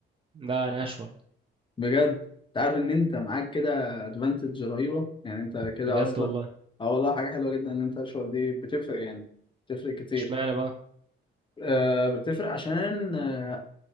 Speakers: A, on the right (about 25°); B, on the left (about 25°).
A: لا انا اشول
B: بجد انت عارف ان انت معاك كده ادفانتج رهيبه يعني انت كده
A: بجد
B: اصلا
A: والله
B: اه والله حاجه حلوه جدا ان انت الاشهر دي بتفرق يعني بتفرق كتير
A: اشمعنى بقى
B: آه بتفرق عشان آه،